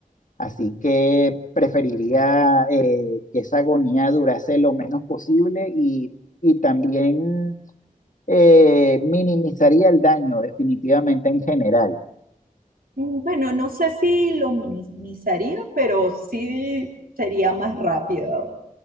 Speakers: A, on the left (about 60°); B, on the right (about 80°).
A: Así que preferiría eh, que esa agonía durase lo menos posible y, y también eh, minimizaría el daño, definitivamente en general.
B: Mm, Bueno, no sé si lo minimizaría, pero sí sería más rápido